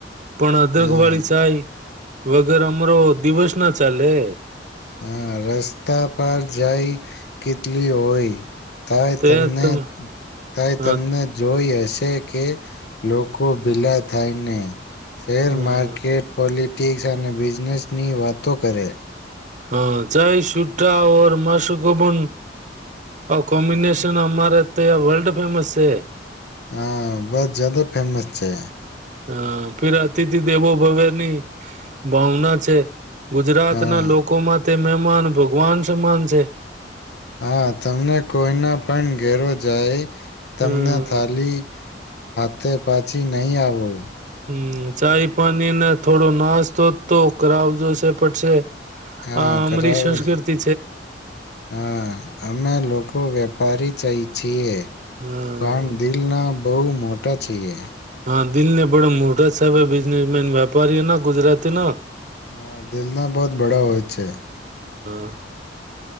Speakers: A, on the right (about 45°); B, on the left (about 65°).
A: પણ અદરક
B: હા
A: વાળી ચાય વગર અમારો દિવસ ના ચાલે.
B: હા રસ્તા પર જાય કેટલી હોય તાઈ
A: તો
B: તમને
A: યાર તમે
B: તાઈ
A: હા
B: તમને જોઈ હશે છે કે લોકો ભીલા થાયને શેર
A: હા
B: માર્કેટ પલી તિક અને બિઝનેસની વાતો કરે
A: હા ચાઈ છુટા ઔર માશુગબન કોમ્બિનેશન અમારે ત્યા વર્લ્ડ ફેમસ છે
B: હા બસ જદ ફેમસ છે
A: હા પેર અતિથિ દેવો ભવેની ભાવના છે ગુજરાતના
B: હા
A: લોકોમાં તે મહેમાન ભગવાન સમાન છે
B: હા તમને કોઈના પણ ઘેરો જાય તમને
A: હમ
B: થાલી હાતે પાછી નહી આવો
A: હમ ચાય પાણી ને થોડો નાસ્તો તો કરાવ જોશે પડશે
B: હા
A: આ અમારી
B: કરાવે
A: સંસ્કૃતિ
B: છે હા અમે લોકો વેપારી ચ છીએ
A: હમ
B: પણ દિલ ના બોહ મોટા મોટા છીએ
A: હા દિલ ના બડો મોટા સાબે બિઝનેસમેન વ્યાપારીઓ ના ગુજરાતી ન
B: હા દિલના બહત બડા હોય જ છે.
A: હ